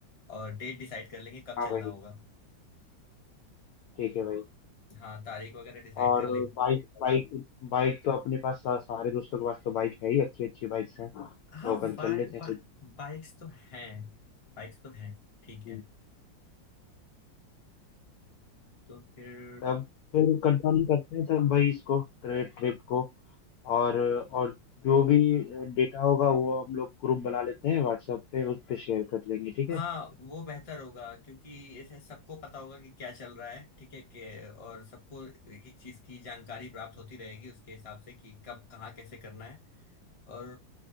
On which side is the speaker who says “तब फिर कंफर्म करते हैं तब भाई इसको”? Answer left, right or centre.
Left